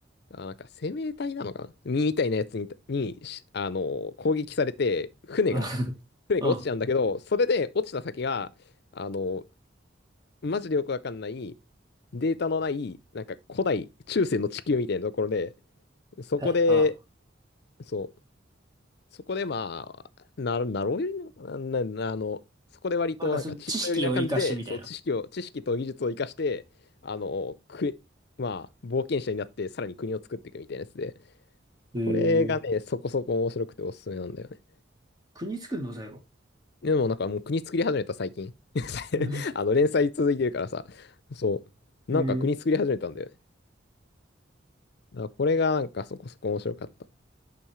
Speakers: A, on the left; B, on the right.
A: あ、なんか生命体なのかなみたいなやつに、に、しあの、攻撃されて、船が、
B: うん。
A: 船が落ちちゃうんだけど、
B: うん
A: それで落ちた先が、あの、マジでよくわかんない、データのない、なんか古代、中世の地球みたいなところで、そこで、
B: えあ
A: そう、そこでまあ、なる、なろうよりなのかな、な、あの、そこで割となんか知った寄りな感じで、
B: あ。なんかそう、知識を活かしてみたいな。
A: そう、知識を、知識と技術を生かして、あの、く、まあ、冒険者になって、さらに国を作っていくみたいなやつで、
B: えー、
A: これがね、そこそこ面白くておすすめなんだよね。
B: 国作るの最後。
A: でもなんかもう国作り始めた最近。<laughs>
B: うん
A: あの連載続いてるからさ、そう。
B: <laughs> えー、
A: なんか国作り始めたんだよね。だからこれがなんかそこそこ面白かった。い